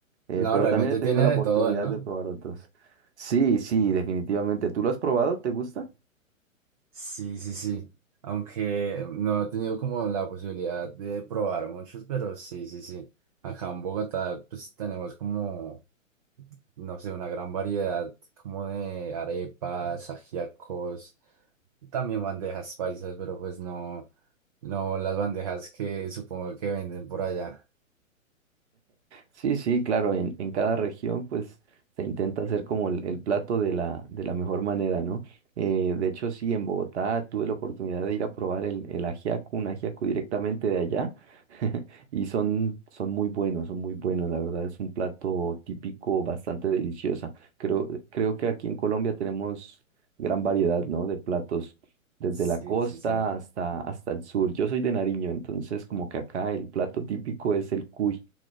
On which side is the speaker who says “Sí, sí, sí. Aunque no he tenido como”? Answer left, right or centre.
Right